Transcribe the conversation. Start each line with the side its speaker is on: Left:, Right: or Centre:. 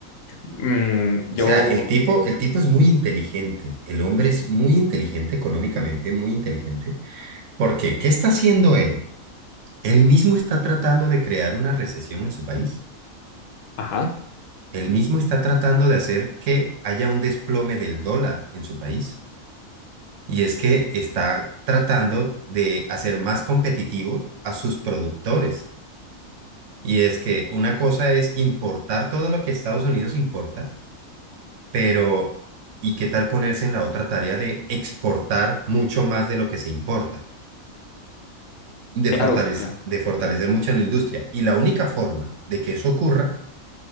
Left: mm, yo...
Right: O sea, el tipo, el tipo es muy inteligente, el hombre es muy inteligente económicamente, muy inteligente. ¿Por qué? ¿Qué está haciendo él? Él mismo está tratando de crear una recesión en su país.
Left: Ajá,
Right: Él mismo está tratando de hacer que haya un desplome del dólar en su país. Y es que está tratando de hacer más competitivos a sus productores. Y es que una cosa es importar todo lo que Estados Unidos importa, pero ¿y qué tal ponerse en la otra tarea de exportar mucho más de lo que se importa? De
Left: claro,
Right: fortalecer,
Left: claro.
Right: de fortalecer mucho la industria. Y la única forma de que eso ocurra